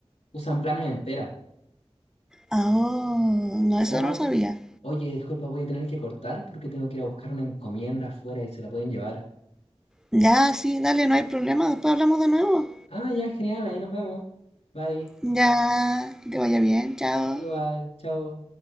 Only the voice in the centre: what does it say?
Ah, oh, no, eso
no lo sabía.
Ya, sí, dale, no hay problema. Después hablamos de nuevo.
Ya, que te vaya bien, chao.